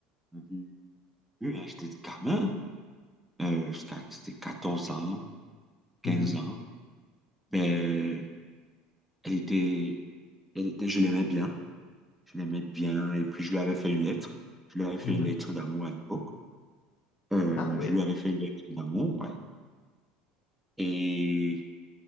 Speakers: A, in the centre; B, on the left.
A: J'avais- oui, hein, J'étais gamin. Euh, jusqu'à- c'était 14 ans, quinze
B: mhm,
A: ans. Mais elle était, elle était, je l'aimais bien. Je l'aimais bien. Et puis, je lui avais fait une lettre. Je lui avais fait
B: mhm.
A: une lettre d'amour à l'époque. Euh,
B: Ah oui,
A: je lui avais fait une lettre d'amour, ouais. Et